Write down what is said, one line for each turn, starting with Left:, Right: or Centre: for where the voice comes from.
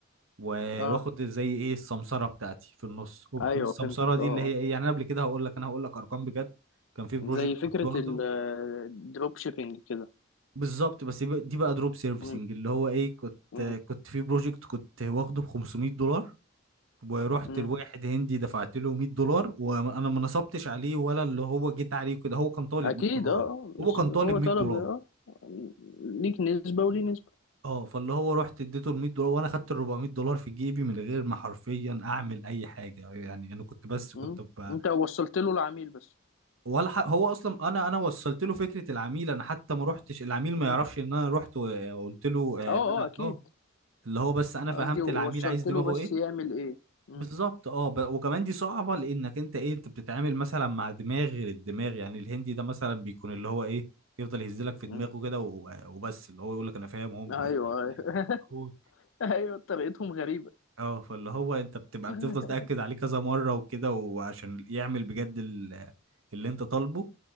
Right: و-
Left: اه
Right: واخد زي ايه السمسرة بتاعتي في النص وبتكون
Left: أيوه
Right: السمسرة
Left: فهمتك
Right: دي
Left: اه اه
Right: اللي هي ايه يعني انا قبل كده هقول لك انا هقول لك ارقام بجد كان في بروجكت
Left: زي فكرة
Right: كنت واخده
Left: الدروب شيبينج كده
Right: بالظبط بس يبقى- دي بقى دروب سيرفيسنج
Left: مم.
Right: اللي هو ايه كنت
Left: مم.
Right: كنت في بروجكت كنت واخده ب 500 دولار ورحت
Left: مم.
Right: لواحد هندي دفعت له 100 دولار وانا ما نصبتش عليه ولا اللي هو جيت عليه كده هو كان طالب
Left: أكيد
Right: 100 دولار
Left: اه آه. بس
Right: هو كان
Left: هو
Right: طالب 100
Left: طلب
Right: دولار
Left: اه ليك نسبة وليه نسبة
Right: اه فاللي هو رحت اديته ال 100 دولار وانا خدت ال 400 دولار في جيبي من غير ما حرفيا اعمل اي حاجه يعني انا كنت بس
Left: مم.
Right: كنت ب...
Left: أنت وصلت له العميل بس
Right: ولا ح... هو اصلا انا انا وصلت له فكره العميل انا حتى ما رحتش العميل
Left: مم.
Right: ما يعرفش ان انا رحت وقلت له آه،
Left: اه اه
Right: ان انا
Left: أكيد
Right: اه اللي هو بس انا
Left: قصدي
Right: فهمت
Left: وصلت
Right: العميل عايز دماغه
Left: له بس
Right: ايه
Left: يعمل إيه مم.
Right: بالظبط اه ب... وكمان دي صعبة لانك انت ايه انت بتتعامل مثلا مع دماغ غير الدماغ يعني الهندي ده مثلا بيكون اللي هو ايه يفضل يهزلك في
Left: مم.
Right: دماغه كده و... وبس اللي هو يقول لك انا فاهم هو ما بيبقاش
Left: أيوه
Right: فاهم
Left: أيوه
Right: حاجة فاللي هو
Left: <laughs> أيوه طريقتهم غريبة
Right: اه فاللي هو انت بتبقى
Left: <laughs>
Right: بتفضل تأكد عليه كذا مرة وكده وعشان يعمل بجد ال... اللي انت طالبه